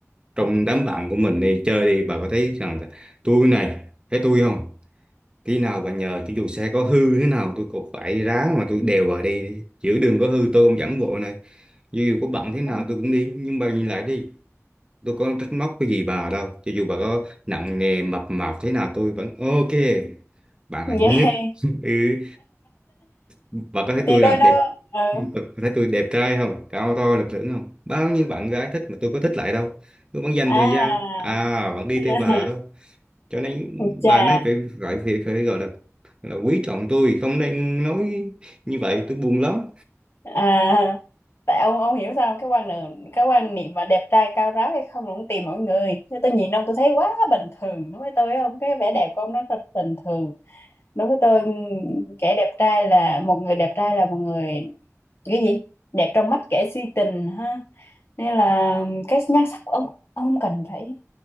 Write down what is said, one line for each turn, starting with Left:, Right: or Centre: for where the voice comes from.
Right: Trong đám bạn của mình đi chơi đi, bà có thấy rằng là tôi này, thấy tôi không? Khi nào bà nhờ cho dù xe có hư thế nào tôi cũng phải ráng mà tôi đèo bà đi. Giữa đường có hư tôi cũng dẫn bộ này. Dù có bận thế nào
Left: chứ
Right: tôi cũng đi, nhưng bà nhìn lại đi tôi có trách móc cái gì bà đâu cho dù bà có nặng nề mập mạp thế nào tôi vẫn ok bạn
Left: Vậy
Right: là nhất <laughs> ừ. bà có thấy
Left: thì
Right: tôi là
Left: tôi đâu
Right: đẹp
Left: ừ
Right: bà có thấy tôi đẹp trai không cao to lực lưỡng không bao nhiêu bạn gái thích mà tôi có thích lại đâu tôi vẫn dành
Left: à
Right: thời gian à vẫn đi
Left: <laughs>
Right: theo bà đâu cho nên
Left: chà
Right: bà này phải phải phải, phải gọi là là quý trọng tôi không nên nói như vậy tôi buồn lắm
Left: à tại ông ông hiểu sao không? cái quan niệm cái quan niệm mà đẹp trai cao ráo hay không là cũng tùy mọi người chứ tôi nhìn ông tôi thấy quá bình thường đối với tôi ông cái vẻ đẹp của ông nó rất bình thường đối với tôi kẻ đẹp trai là một người đẹp trai là một người cái gì đẹp trong mắt kẻ si tình ha nên là cái nhan sắc của ông ông không cần phải